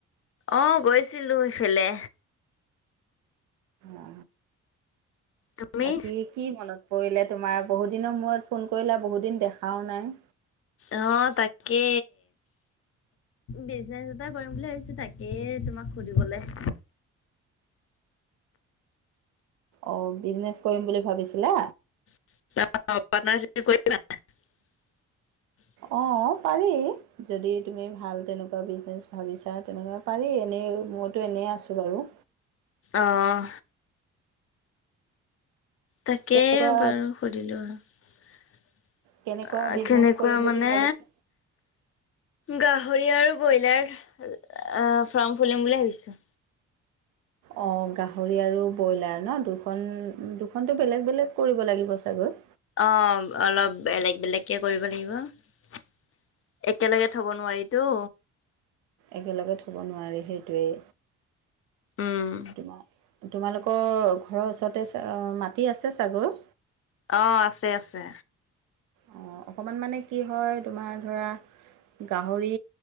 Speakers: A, on the left; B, on the right.
A: অ গৈছিলোঁ সেইফালে।
B: অ
A: তুমি?
B: বাকী কি মনত। পৰিলে তোমাৰ বহুদিনৰ মূৰত ফোন কৰিলা বহুতদিন দেখাও নাই।
A: অহ, তাকে। বিজনেছ এটা কৰিম বুলি ভাবিছো তাকেই তোমাক সুধিবলে <inaudible>
B: অহ, বিজনেছ কৰিম বুলি ভাবিছিলা?
A: <unintelligible>
B: অ', পাৰি যদি তুমি ভাল তেনেকোৱা বিজনেছ ভাবিছা তেনেকোৱা পাৰি এনেই মইতো এনেই আছোঁ বাৰু।
A: অহ। তাকেই
B: কেনেকুৱা
A: বাৰু সুধিলো আৰু।
B: কেনেকুৱা
A: অ'
B: বিজনেছ
A: কেনেকোৱা
B: কৰিম বুলি
A: মানে
B: ভাবিছা
A: গাহ ৰি আৰু ব্ৰইলাৰ ফাৰ্ম খুলিম বুলি ভাবিছোঁ।
B: অহ, গাহৰি আৰু ব্ৰইলাৰ ন দুখন- দুখনটো বেলেগ -বেলেগ কৰিব লাগিব চাগৈ
A: অহ, অলপ বেলেগ -বেলেগকে কৰিব লাগিব। একেলগে থব নোৱাৰিতো।
B: একেলগে থ'ব নোৱাৰি সেইটোৱেই।
A: উম।
B: তোমাৰ তোমালোকৰ ঘৰৰ ওচৰতে মাটি আছে চাগৈ
A: অহ, আছে -আছে।
B: অহ, অকমান মানে কি হয় তোমাৰ ধৰা গাহৰি